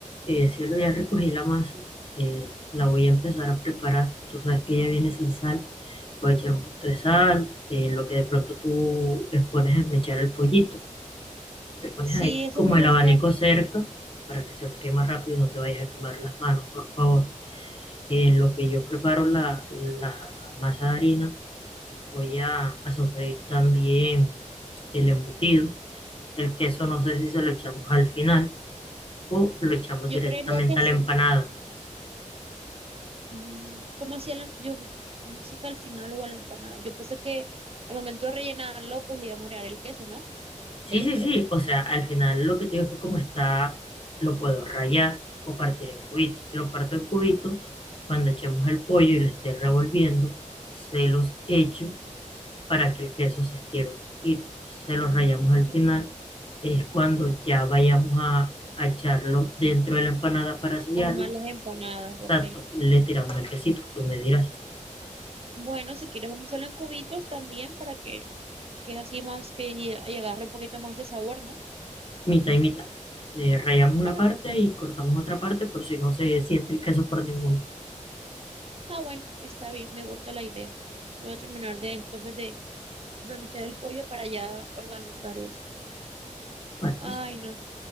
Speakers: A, on the left; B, on the right.
A: Eh, cielo, ya recogí la masa, eh, la voy a empezar a preparar. Tú sabes que ella viene sin sal, le voy a echar un poquito de sal, eh, lo que de pronto tú les pones a mechar el pollito. Te pones
B: Sí,
A: ahí
B: eso
A: como
B: voy
A: el
B: a
A: abanico
B: hacer.
A: cerca para que se enfríe más rápido y no te vayas a quemar las manos, por favor. En lo que yo preparo la, la masa de harina, voy a, a sofreír también el embutido. El queso no sé si se lo echamos al final o lo echamos
B: Yo
A: directamente
B: creería que sí.
A: a la empanada.
B: Mm, ¿Cómo hacía la- yo, cómo hacía que al final o a la empanada? Yo pensé que al momento de rellenarlo, pues le íbamos a agregar el queso, ¿no?
A: Sí,
B: Dentro.
A: sí, sí. O sea, al final lo que te digo es que como está, lo puedo rayar o partir en cubitos. Si lo parto en cubitos, cuando echemos el pollo y lo esté revolviendo, se los echo para que el queso se estire un poquito. Se los rayamos al
B: Mm,
A: final. Es cuando ya vayamos a, a echarlo dentro de la empanada para sellarlo.
B: armar las empanadas,
A: Exacto,
B: ok.
A: le tiramos el quesito. Tú me dirás,
B: Bueno, si quieres vamos a hacerlo en cubitos también para que, que así más que lle- y agarre un poquito más de sabor, ¿no?
A: mitad y mitad. Eh, rayamos una
B: Bueno,
A: parte y cortamos otra parte por si no se siente el queso por ninguna.
B: ah, bueno, está bien, me gusta la idea. Voy a terminar de entonces de, de mechar el pollo para ya organizar eso.
A: Bueno,
B: Ay,
A: sí.
B: no.